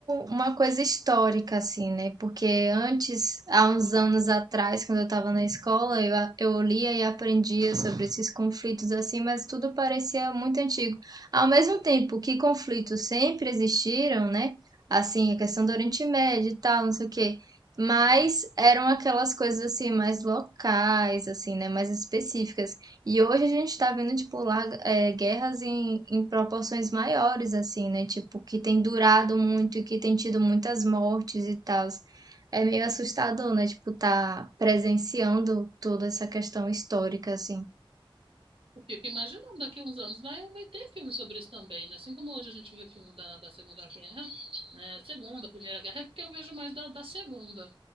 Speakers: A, on the right; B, on the right.
A: uma coisa histórica, assim, né? Porque antes, há uns anos atrás, quando eu tava na escola, eu, a- eu lia e aprendia sobre esses conflitos, assim, mas tudo parecia muito antigo. Ao mesmo tempo que conflitos sempre existiram, né? Assim, a questão do Oriente Médio e tal, não sei o quê. Mas
B: contar.
A: eram aquelas coisas, assim, mais locais, assim, né? Mais específicas. E hoje a gente tá vendo, tipo, larga- é, guerras em, em proporções maiores, assim, né? Tipo, que tem durado muito e que tem tido muitas mortes e tal. É meio assustador, né? Tipo, tá presenciando toda essa questão histórica, assim.
B: Fico imaginando, daqui a uns anos vai, vai ter filme sobre isso também, né? Assim como hoje a gente vê filme da, da Segunda Guerra, né? Segunda, Primeira Guerra, é porque eu vejo mais da, da Segunda.